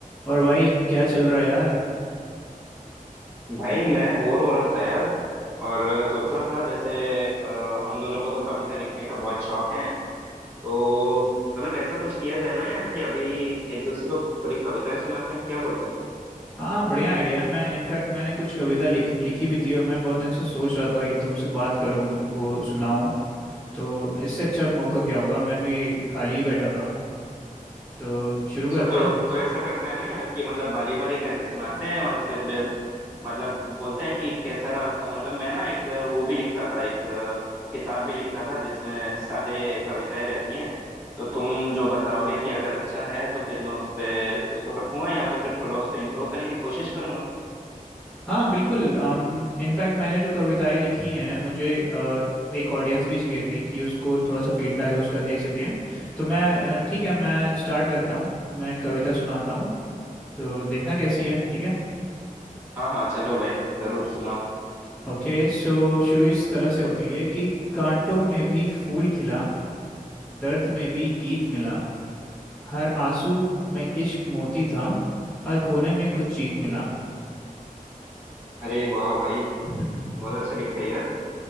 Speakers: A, in the centre; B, on the right.
A: और भाई क्या चल रहा है यार
B: भाई मैं बोर हो रहा था यार और सोच रहा था जैसे अ, हम दोनों को तो कविता लिखने का बहुत शौक है तो मतलब ऐसा कुछ किया जाए ना यार कि अभी एक दूसरे को थोड़ी कविताएं सुनाते हैं क्या बोलते हैं
A: हाँ बढ़िया आइडिया है मैं इनफैक्ट मैंने कुछ कविता लिख, लिखी भी थी और मैं बहुत दिन से सोच रहा था कि तुमसे बात करूँ तुमको सुनाऊँ तो इससे अच्छा मौका क्या होगा मैं भी खाली ही बैठा था तो शुरू
B: अच्छा
A: करते
B: तो
A: हैं
B: तो ऐसा करते हैं ना यार कि मतलब बारी बारी करके सुनाते हैं और फिर मतलब बोलते हैं कि कैसा रहा तो मतलब मैं ना एक वो भी लिख रहा था एक किताब भी लिख रहा था जिसमें सारे कविताएं रहती हैं तो तुम जो बताओगे कि अगर अच्छा है तो फिर मैं उस पे उसको रखूंगा या तो फिर थोड़ा उसको इम्प्रूव करने की कोशिश करूंगा
A: हाँ बिल्कुल इनफैक्ट मैंने जो कविताएं लिखी हैं मुझे अ, एक ऑडियंस भी चाहिए थी कि उसको थोड़ा सा फीडबैक उसका दे सके तो मैं अ, ठीक है मैं स्टार्ट करता हूँ मैं कविता सुनाता हूँ तो देखना कैसी है ठीक है
B: हाँ हाँ चलो भाई जरूर सुनाओ
A: ओके सो शुरू इस तरह से होती है कि कांटों में भी फूल खिला दर्द में भी गीत मिला हर आंसू में इश्क मोती था हर खोने में कुछ जीत मिला
B: अरे वाह भाई
A: <laughs>
B: बहुत अच्छा लिखा है यार